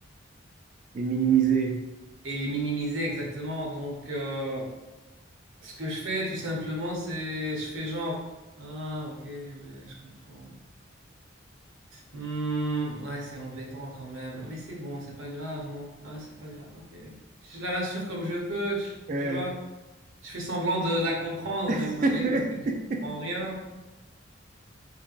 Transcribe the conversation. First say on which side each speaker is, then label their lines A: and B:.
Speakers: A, on the right; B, on the right.
A: Et minimiser.
B: et les minimiser exactement, donc... euh, Ce que je fais, tout simplement, c'est je fais genre ah ok ouais je comprends. Hmm, ouais c'est embêtant quand même, mais c'est bon, c'est pas grave non. Ah c'est pas grave, ok. Je la rassure comme je peux, tu,
A: Ouais.
B: tu vois. Je fais semblant de la comprendre, même
A: <laughs>
B: malgré que je ne comprends rien,